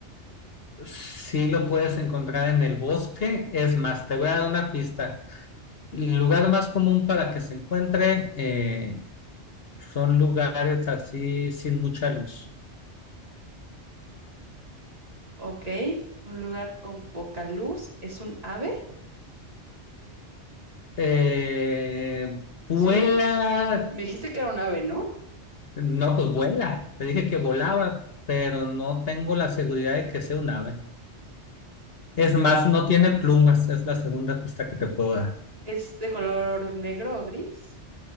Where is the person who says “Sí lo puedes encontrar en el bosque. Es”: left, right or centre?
Left